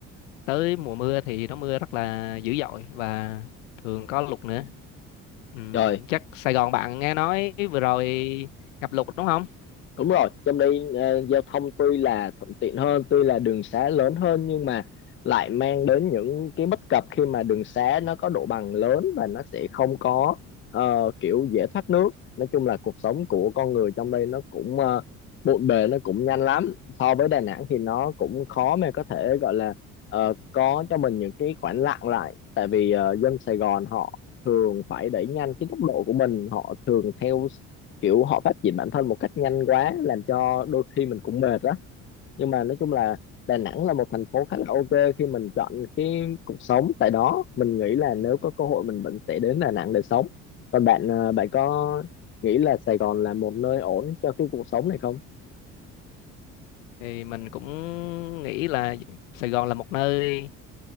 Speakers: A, on the left; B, on the left.
A: Tới mùa mưa thì nó mưa rất là dữ dội và thường có lụt nữa. Ừm,
B: Trời
A: chắc Sài Gòn bạn nghe nói vừa rồi ngập lụt đúng không?
B: đúng rồi trong đây ờ, giao thông tuy là thuận tiện hơn tuy là đường xá lớn hơn nhưng mà lại mang đến những cái bất cập khi mà đường xá nó có độ bằng lớn và nó sẽ không có ờ, kiểu dễ thoát nước nói chung là cuộc sống của con người trong đây nó cũng uh, bộn bề nó cũng nhanh lắm so với Đà Nẵng thì nó cũng khó mà có thể gọi là ờ, có cho mình những cái khoảng lặng lại tại vì ờ, dân Sài Gòn họ thường phải đẩy nhanh cái tốc độ của mình họ thường theo kiểu họ phát triển bản thân một cách nhanh quá làm cho đôi khi mình cũng mệt đó nhưng mà nói chung là Đà Nẵng là một thành phố khá là ok khi mình chọn cái cuộc sống tại đó mình nghĩ là nếu có cơ hội mình vẫn sẽ đến Đà Nẵng để sống còn bạn ờ, bạn có nghĩ là Sài Gòn là một nơi ổn cho cái cuộc sống này không
A: Thì mình cũng nghĩ là Sài Gòn là một nơi